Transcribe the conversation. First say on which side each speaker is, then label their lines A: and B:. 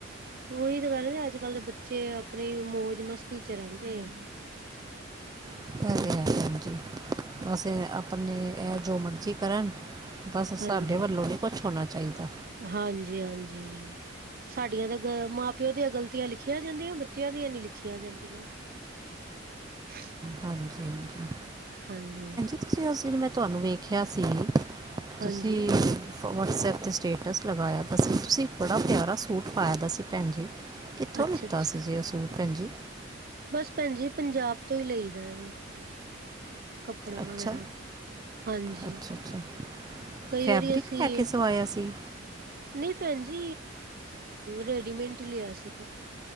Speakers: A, on the right; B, on the right.
A: ਉਹੀ ਤਾਂ ਗੱਲ ਐ, ਅੱਜ-ਕੱਲ੍ਹ ਦੇ ਬੱਚੇ ਆਪਣੀ ਮੌਜ-ਮਸਤੀ ਵਿੱਚ ਈ ਰਹਿੰਦੇ ਐ।
B: ਇਹ
A: ਹੂੰ,
B: ਤੇ ਹੈ ਭੈਣ ਜੀ ਬਸ ਆਪਣੀ ਜੋ ਮਰਜ਼ੀ ਕਰਨ, ਵੇਸੇ
A: ਹਾਂਜੀ,
B: ਸਾਡੇ ਵੱਲੋਂ ਨੀ ਕੋਈ ਕੁਛ ਹੋਣਾ ਚਾਹੀਦਾ।
A: ਹਾਂਜੀ-ਹਾਂਜੀ, ਸਾਡੀਆਂ ਤਾਂ ਗ ਮਾਂ ਪਿਓ ਦੀਆਂ ਗਲਤੀਆਂ ਲਿਖੀਆਂ ਜਾਂਦੀਆਂ ਬੱਚਿਆਂ ਦੀਆਂ ਨੀ ਲਿਖੀਆਂ ਜਾਂਦੀਆਂ। <inaudible>
B: ਹਾਂਜੀ-ਹਾਂਜੀ,
A: ਹਾਂਜੀ,
B: ਤੁਸੀਂ ਉਸ ਦਿਨ ਮੈਂ ਤੁਹਾਨੂੰ ਵੇਖਿਆ ਸੀ
A: ਹਾਂਜੀ
B: ਤੁਸੀਂ ਵਟਸਐਪ 'ਤੇ ਸਟੇਟਸ ਲਗਾਇਆ ਸੀ, ਤੁਸੀਂ ਬੜਾ ਪਿਆਰਾ ਸੂਟ ਪਾਇਆ ਦਾ ਸੀ, ਭੈਣ ਜੀ। ਕਿੱਥੋਂ
A: ਅੱਛਾ-ਅੱਛਾ
B: ਲਿੱਤਾ ਸੀ ਜੇ ਉਹ ਸੂਟ ਭੈਣ ਜੀ।
A: ਬਸ ਭੈਣ ਜੀ ਪੰਜਾਬ ਤੋ ਲਈਦਾ ਐ ਵੇ, ਕੱਪੜਾ
B: ਅੱਛਾ
A: ਵਗੇਰਾ। ਹਾਂਜੀ,
B: ਅੱਛਾ ਅੱਛਾ
A: ਕਈ
B: ਫੈਬਰਿਕ
A: ਵਾਰੀ ਅਸੀਂ
B: ਲੈ ਕੇ ਸਵਾਇਆ ਸੀ
A: ਨਈ ਭੈਣ ਜੀ, ਰੈਡੀਮੇਡ ਈ ਲਿਆ ਸੀ।